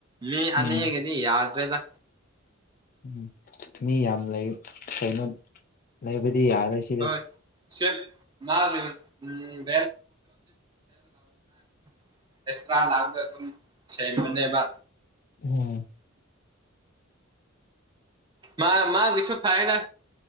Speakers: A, on the right (about 20°); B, on the left (about 45°).
A: ꯃꯤ ꯑꯅꯤꯒꯤꯗꯤ
B: ꯎꯝ
A: ꯌꯥꯗ꯭ꯔꯦꯗ
B: ꯎꯝ ꯃꯤ ꯌꯥꯝ ꯂꯩ ꯀꯩꯅꯣ ꯂꯩꯕꯗꯤ ꯌꯥꯔꯣꯏꯁꯤ
A: ꯍꯣꯏ ꯁꯤꯞ ꯃꯥꯒ ꯎꯝ <unintelligible> ꯑꯦꯁꯇ꯭ꯔꯥ ꯂꯥꯛꯑꯒ ꯑꯗꯨꯝ ꯁꯦꯡꯕꯅꯦꯕ
B: ꯑꯣ
A: ꯃꯥ ꯃꯥꯒꯤꯁꯨ ꯐꯥꯏꯅ